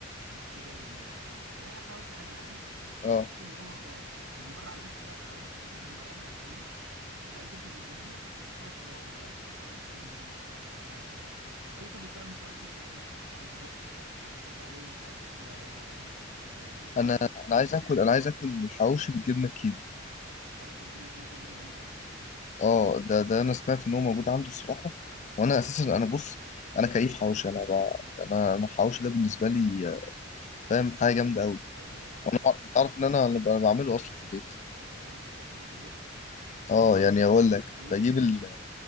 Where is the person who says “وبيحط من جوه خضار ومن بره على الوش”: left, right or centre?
Right